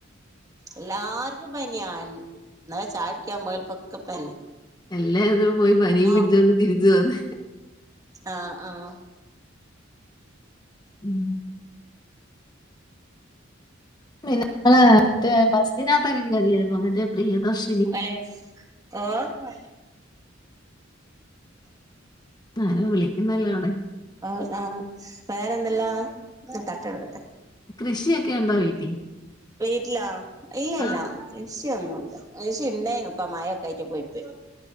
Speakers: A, on the right; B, on the left.
A: എല്ലാർക്കും പനിയാ ഇന്നലെ ചായ കുടിക്കാൻ പോയൽക്കൊക്കെ പനി.
B: എല്ലാട്ക്കും പോയി പനിയും
A: ഓ
B: പിടിച്ചുകൊണ്ട് തിരിച്ചു വന്നു.
A: ആഹ് ആഹ്
B: ഉം പിന്ന മറ്റേ ബസിനകത്തൊക്കെ കയറിയായിരുന്നോ, മറ്റേ പ്രിയദർശിനി
A: യെസ്. ഓഹ്.' ' <inaudible>
B: ആരോ വിളിക്കുന്നല്ലോ അവിടെ
A: ആഹ് വേറെ എന്തെല്ലാം ഞാൻ തട്ടെടുക്കട്ടെ.
B: കൃഷിയൊക്കെ ഉണ്ടോ വീട്ടിൽ.
A: വീട്ടിലോ ഇല്ല
B: ആ
A: ഇല്ല. കൃഷി ഒന്നും ഇല്ല കൃഷി ഉണ്ടേനു ഇപ്പോ മഴൊക്കെ ആയിട്ട് പോയി പോയി,